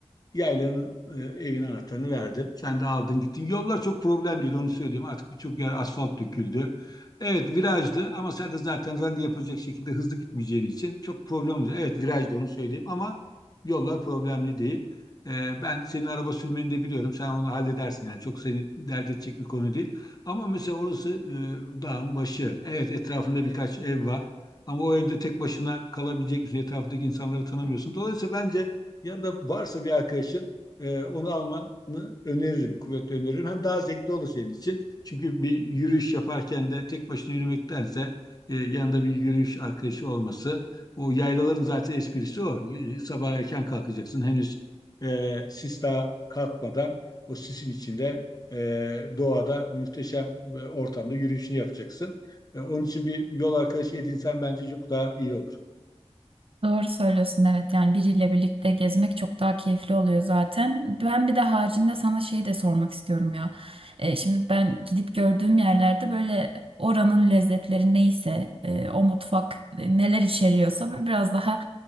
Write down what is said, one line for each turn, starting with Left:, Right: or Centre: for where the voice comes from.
Left: yaylanın e, evin anahtarını verdim. Sen de aldın gittin. Yollar çok problem değil onu söyleyeyim. Artık birçok yer asfalt döküldü. Evet virajlı ama sen de zaten rally yapacak şekilde hızlı gitmeyeceğin için çok problem olacak. Evet virajlı onu söyleyeyim ama yollar problemli değil. E, ben senin araba sürmeni de biliyorum. Sen onu halledersin yani. Çok seni dert edecek bir konu değil. Ama mesela orası e, dağın başı. Evet etrafında birkaç ev var. Ama o evde tek başına kalabilecek bir şey. Etrafındaki insanları tanımıyorsun. Dolayısıyla bence Yanında varsa bir arkadaşın e, onu almanı öneririm, kuvvetle öneririm. Hem daha zevkli olur senin için. Çünkü bir yürüyüş yaparken de tek başına yürümektense e, yanında bir yürüyüş arkadaşı olması. O yaylaların zaten esprisi o. Y- Sabah erken kalkacaksın. Henüz e, sis daha kalkmadan o sisin içinde e, doğada muhteşem e, ortamda yürüyüşünü yapacaksın. E, onun için bir yol arkadaşı edinsen bence çok daha iyi olur.
Right: Doğru söylüyorsun evet yani biriyle birlikte gezmek çok daha keyifli oluyor zaten. Ben bir de haricinde sana şeyi de sormak istiyorum ya. E, şimdi ben gidip gördüğüm yerlerde böyle oranın lezzetleri neyse e, o mutfak e, neler içeriyorsa böyle biraz daha